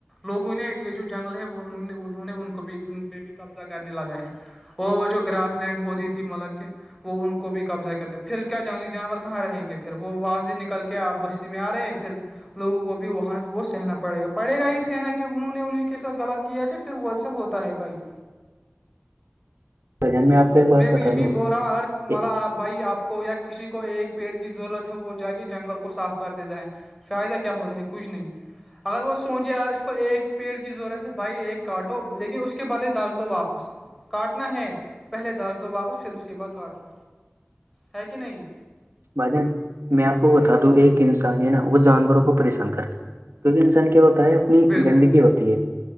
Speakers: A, in the centre; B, on the right (about 80°).
A: لوگوں نے یہ جو جنگل ہے انہوں نے ان کو بھی ان پہ بھی قبضہ کرنے لگا ہے <unintelligible> وہ وہ جو گراس لینڈ ہوتی تھی مطلب کہ وہ ان کو بھی قبضہ کرتے پھر کیا جنگلی جانور کہاں رہیں گے پھر وہاں سے نکل کے کیا آپ بشی میں آ رہے ہیں پھر لوگوں کو بھی وہاں وہ سہنا پڑے گا پڑےا ہی سہنا کہ انہوں نے انیں کے ساتھ غط کیا تھ پھر ویسا ہوتا ہے بھائی
B: <inaudible>
A: تو
B: آپ کو ایک بات
A: میں بھی
B: بتا
A: یہیں
B: دوں
A: بول رہا ہوں اگر
B: اے-
A: مل آپ بھائی آپ کو یا کسی کو ایک پیڑ کی ضرورت ہے وہ جا کے جنگل کو کو صاف کر دیتا ہے فائدہ کیا ہوتا ہے کچھ نہیں اگر وہ سوچے اگر اس کو ایک پیڑ کی ضرورت ہے بھائی ایک کاٹو لیکن اس کے بدلے دس دو واپس کاٹنا ہے تو پہلے دس دو واپس پھر اس کے بعد کاٹو ہے کہ نہیں
B: بھاجن میں آپ کو بتا دوں ایک انسانی ہے نا وہ جانوروں کو پریشان کرتا ہے کیونکہ انسان کیا ہوتا ہے اپنی
A: بالکل
B: گندگی ہوتی ہے